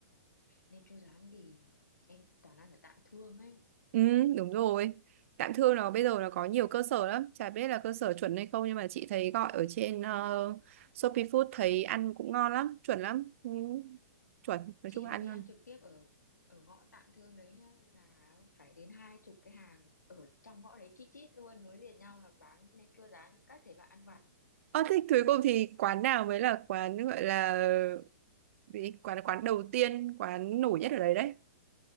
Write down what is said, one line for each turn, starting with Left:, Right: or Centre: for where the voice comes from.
Left: nên chưa dám thì em toàn ăn ở Tạm Thương ấy
Right: Ừ, đúng rồi. Tạm thương nó bây giờ nó có nhiều cơ sở lắm, chả biết là cơ sở chuẩn hay không nhưng mà chị thấy gọi ở trên ờ, Shopee Food thấy ăn cũng ngon lắm, chuẩn lắm. Ừ, chuẩn, nói
Left: chị
Right: chung là
Left: mà
Right: ăn
Left: đi
Right: ngon.
Left: ăn trực tiếp ở ở ngõ Tạm Thương đấy nhá là phải đến hai chục cái hàng ở trong ngõ đấy chít chít luôn nối liền nhau là bán nem chua rán các thể loại ăn vặt
Right: Ờ thế cuối cùng thì quán nào mới là quán gọi là gì? Quán quán đầu tiên, quán nổi nhất ở đấy đấy.